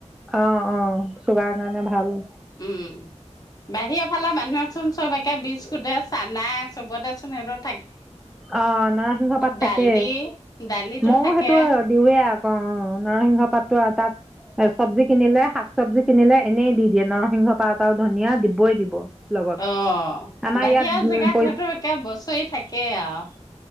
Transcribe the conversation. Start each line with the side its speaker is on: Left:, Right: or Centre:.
Centre: অ-অ চুগাৰ কাৰণে ভাল।
Left: উম, বাহিৰৰ ফালৰ মানুহেক চোন চবকে বিস্কুট চানাই চবতেচোন সেটোত
Centre: অ' নৰসিংহ পাত
Left: দালি
Centre: থাকে
Left: দালিতো
Centre: মইো
Left: থাকে
Centre: সেইটো দিওঁৱেই, অ 'নৰসিংহ পাততো আৰু তাত এ চব্জি কিনিলে শাক চব্জি কিনিলে এনেই দি দিয়ে নৰসিংহ পাত আৰু ধনিয়া দিবই দিব। লগত
Left: অ'
Centre: আমাৰ
Left: বাহিৰা
Centre: ইয়াত উম
Left: জেগাত
Centre: পৰি
Left: সেইটো একে বছৰি থাকেই আৰু।